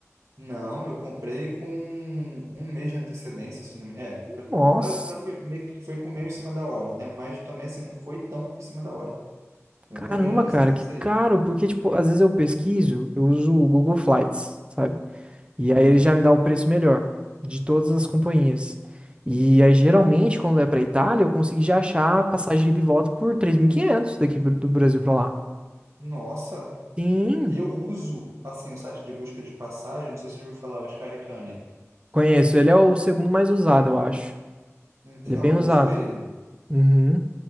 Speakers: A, on the right; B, on the right.
A: Não, eu comprei com um mês de antecedência, se eu não me... É, foi-
B: Nossa.
A: pra, pra, foi, meio que foi com meio em cima da hora, né? Mas também, assim, não foi tão em cima da hora. Foi
B: Caramba,
A: com um mês de antecedência
B: cara, que
A: aí.
B: caro, porque, tipo, às vezes eu pesquiso, eu uso o Google Flights, sabe? E
A: Uhum.
B: aí ele já me dá o preço melhor de todas as companhias. E aí, geralmente, quando é pra Itália, eu consegui já achar a passagem de ida e volta por 3.500 daqui pro- do Brasil pra lá.
A: Nossa,
B: Sim,
A: eu uso, assim, o site de busca de passagem, não sei se você já ouviu falar, o Skyscanner.
B: conheço. Ele é o segundo mais usado, eu acho.
A: Então,
B: Ele é bem
A: eu
B: usado.
A: uso ele.
B: Uhum.